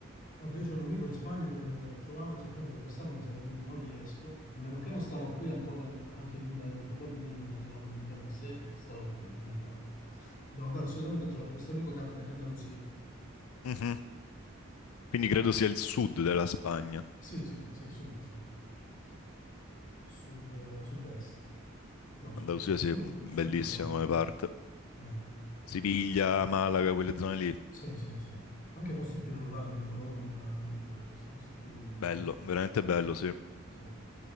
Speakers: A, on the left; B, on the left.
A: Guarda, io ho un amico in Spagna che voglio andare a trovare, soltanto che quest'anno mi sa che non, non riesco, a meno che non starò qui ancora anche d'inverno, probabilmente andrò a trovarlo d'inverno se starò qui in Italia. Devo andare assolutamente a trovare questo amico che abita in Andalusia.
B: Mhm. Quindi credo sia il sud della Spagna.
A: Sì, sì, sì, sud, sì. Sì. Sud, eh, sud-est. No, sud-est,
B: Andalusia
A: sud,
B: sia bellissima
A: sud proprio.
B: come parte.
A: Eh.
B: Siviglia, Malaga, quelle zone lì.
A: Sì, sì, sì. Anche posti più rurali, tipo Ronda, capito? Questi posti più...
B: Bello, veramente bello, sì.
A: Sì.